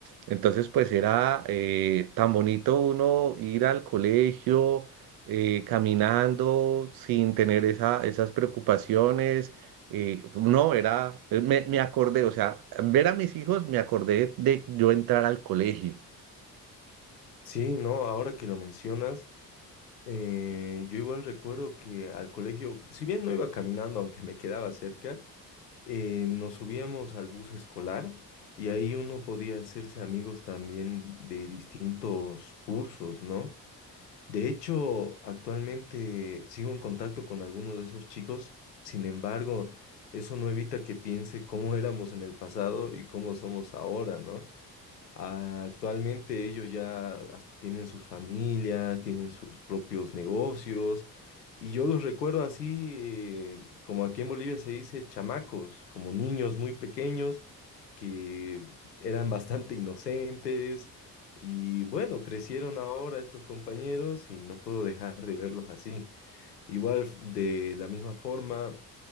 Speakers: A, on the right (about 50°); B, on the left (about 80°).
A: Entonces, pues era eh, tan bonito uno ir al colegio eh, caminando sin tener esa, esas preocupaciones. eh, no, era, eh, me, me acordé, o sea, ver a mis hijos me acordé de yo entrar al colegio.
B: Sí, no, ahora que lo mencionas, eh, yo igual recuerdo que al colegio, si bien no iba caminando, aunque me quedaba cerca, eh, nos subíamos al bus escolar y ahí uno podía hacerse amigos también de distintos cursos, ¿no? De hecho, actualmente sigo en contacto con algunos de esos chicos, sin embargo, eso no evita que piense cómo éramos en el pasado y cómo somos ahora, ¿no? Ah, Actualmente ellos ya hasta tienen sus familias, tienen sus propios negocios y yo los recuerdo así, eh, como aquí en Bolivia se dice, chamacos, como niños muy pequeños que eran bastante inocentes y bueno, crecieron ahora estos compañeros y no puedo dejar de verlos así. Igual f- de la misma forma